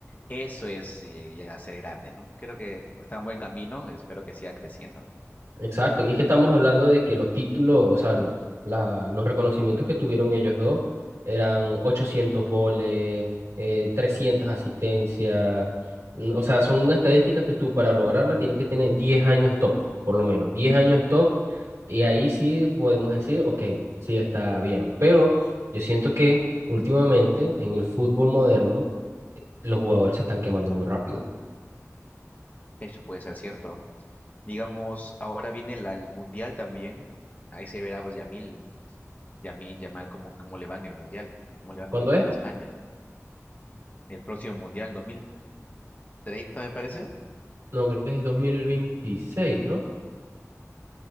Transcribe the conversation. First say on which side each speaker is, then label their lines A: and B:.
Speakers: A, on the left; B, on the right.
A: eso es eh, llegar a ser grande, ¿no? Creo que está en buen camino, espero que siga creciendo, ¿no?
B: Exacto, y es que estamos hablando de que los títulos, o sea, la- la- los reconocimientos que tuvieron ellos dos eran 800 goles, eh, 300 asistencias, mm, o sea, son estadísticas que tú para lograrlas tienes que tener 10 años top, por lo menos, 10 años top, y ahí sí podemos decir, ok, sí está bien, pero yo siento que últimamente en el fútbol moderno los jugadores se están quemando muy rápido.
A: Eso puede ser cierto. Digamos, ahora viene la- el Mundial también. Ahí se verá, pues, Yamil, Yamin, Yamal, cómo, cómo le va en el Mundial, cómo le va con,
B: ¿Cuándo es?
A: con España. El próximo Mundial, 2030, me parece.
B: No, creo que es 2026,